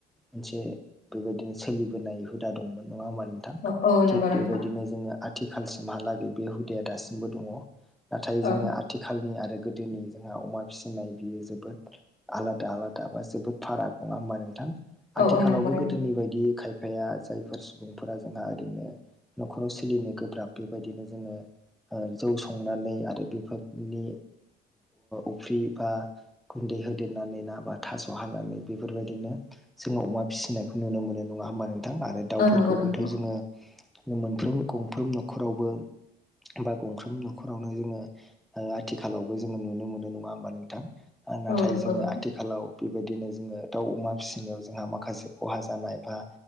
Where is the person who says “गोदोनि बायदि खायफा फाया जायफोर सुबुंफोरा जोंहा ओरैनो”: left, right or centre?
Centre